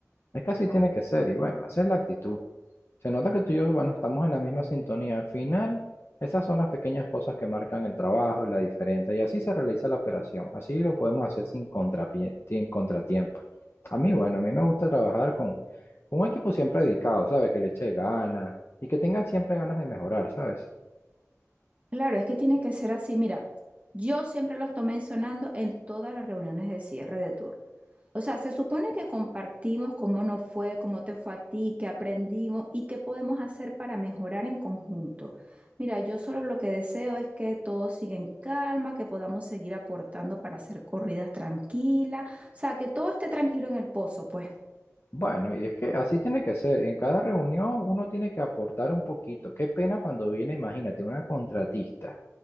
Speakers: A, on the left; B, on the right.
A: Es que así tiene que ser, y bueno, esa es la actitud. Se nota que tú y yo, bueno, estamos en la misma sintonía. Al final, esas son las pequeñas cosas que marcan el trabajo y la diferencia. Y así se realiza la operación. Así lo podemos hacer sin contrapie- sin contratiempo. A mí, bueno, a mí me gusta trabajar con, con un equipo siempre dedicado, ¿sabes? Que le eche ganas y que tengan siempre ganas de mejorar, ¿sabes?
B: Claro, es que tiene que ser así. Mira, yo siempre los tomé entonando en todas las reuniones de cierre de turno. O sea, se supone que compartimos cómo nos fue, cómo te fue a ti, qué aprendimos y qué podemos hacer para mejorar en conjunto. Mira, yo solo lo que deseo es que todo siga en calma, que podamos seguir aportando para hacer corridas tranquilas, o sea, que todo esté tranquilo en el pozo, pues.
A: Bueno, y es que así tiene que ser. En cada reunión uno tiene que aportar un poquito. Qué pena cuando viene, imagínate, una contratista.